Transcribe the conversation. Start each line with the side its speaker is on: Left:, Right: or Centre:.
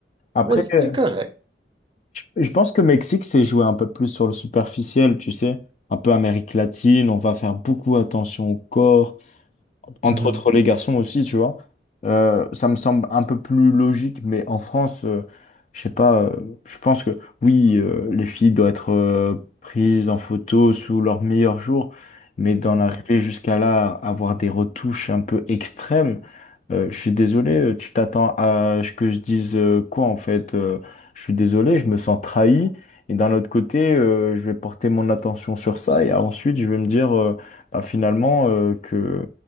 Left: Après,
Right: Mais c'était
Left: euh,
Right: correct.
Left: je pense que Mexique, c'est joué un peu plus sur le superficiel, tu sais. Un peu Amérique latine, on va faire beaucoup attention au corps. entre
Right: Mhm,
Left: autres les garçons aussi, tu vois. Euh, ça me semble un peu plus logique, mais en France, euh, je sais pas, euh, je pense que oui, euh, les filles doivent être euh, prises en photo sous leur meilleur jour, mais d'en
Right: mhm,
Left: arriver jusqu'à là, avoir des retouches un peu extrêmes, euh, je suis désolé, euh, tu t'attends à ce que je dise euh, quoi en fait? euh, je suis désolé, je me sens trahi. Et d'un autre côté, euh, je vais porter mon attention sur ça et ensuite je vais me dire euh, bah, finalement euh, que